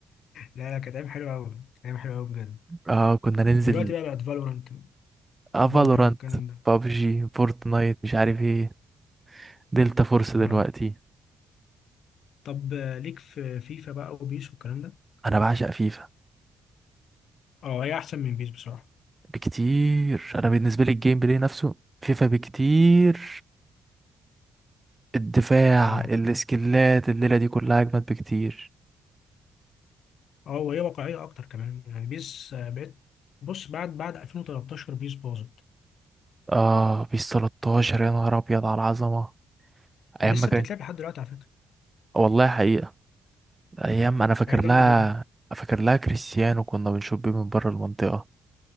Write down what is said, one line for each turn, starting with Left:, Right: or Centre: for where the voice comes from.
Left: لا لا كانت ايام حلوه قوي كانت ايام حلوه قوي بجد
Right: اه كنا ننزل
Left: دلوقتي بقى بقت فالورانت
Right: اه
Left: وبابجي
Right: فالورانت
Left: والكلام ده
Right: بابجي فورتنايت مش عارف ايه دلتا فورس
Left: اه
Right: دلوقتي
Left: طب آه، ليك في فيفا بقى وبيس والكلام ده
Right: انا بعشق فيفا
Left: اه هي احسن من بيس بصراحه
Right: بكتير انا بالنسبة لي الجيم بلاي نفسه فيفا بكتير الدفاع
Left: اه
Right: السكيلات الليلة دي كلها اجمد بكتير
Left: اه وهي واقعيه اكتر كمان يعني بيس آه، بقت بص بعد بعد 2013 بيس باظت
Right: اه بيس 13 يا نهار ابيض على العظمه
Left: لسه
Right: ايام ما كان
Left: بتتلعب لحد دلوقتي على فكره
Right: والله حقيقه ايام انا فاكر
Left: هي جامده
Right: لها
Left: جدا
Right: فاكر لها كريستيانو كنا بنشوف بيه من بره المنطقه